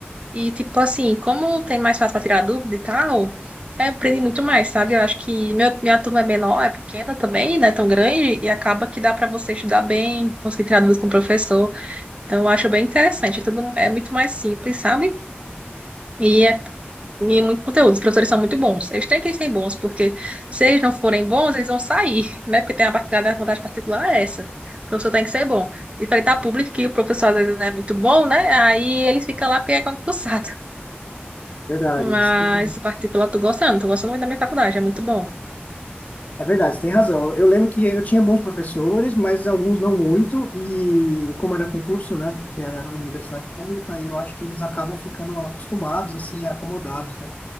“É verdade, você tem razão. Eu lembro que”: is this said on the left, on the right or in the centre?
Left